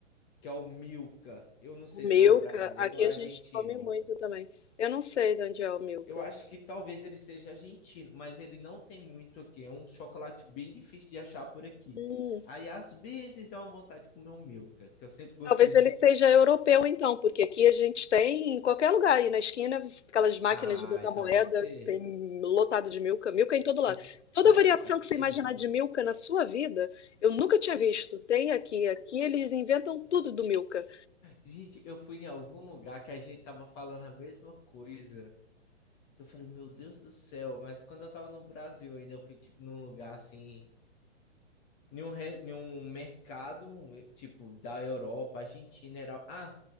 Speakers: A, on the left (about 25°); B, on the left (about 70°).
A: que é o Milka. Eu não sei
B: O Milka,
A: se ele é brasileiro
B: aqui
A: ou é
B: a
A: argentino.
B: gente come muito também. Eu não sei de onde é o Milka.
A: Eu acho que talvez ele seja argentino, mas ele não tem muito aqui. É um chocolate bem difícil de achar por aqui.
B: Hum.
A: Aí às vezes dá uma vontade de comer um Milka, que eu sempre gostei
B: Talvez
A: muito.
B: ele seja europeu, então, porque aqui a gente tem, em qualquer lugar aí na esquina, aquelas máquinas
A: Ah,
B: de botar
A: então
B: moeda,
A: pode ser.
B: tem lotado de Milka, Milka em todo lado.
A: Porque,
B: Toda
A: nossa,
B: variação
A: aqui
B: que você imaginar
A: é muito.
B: de Milka na sua vida, eu nunca tinha visto. Tem aqui, aqui eles inventam tudo do Milka.
A: Gente, eu fui em algum lugar que a gente tava falando a mesma coisa. Que eu falei, meu Deus do céu, mas quando eu tava no Brasil ainda, eu fui tipo num lugar assim em um, re- em um mercado, eh, tipo, da Europa, Argentina era. Ah,